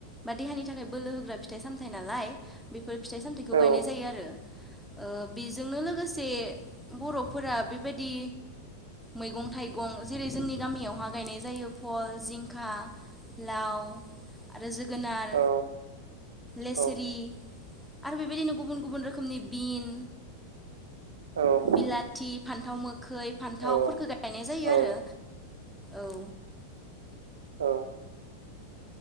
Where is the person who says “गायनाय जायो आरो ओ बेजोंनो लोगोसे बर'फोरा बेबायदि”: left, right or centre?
Centre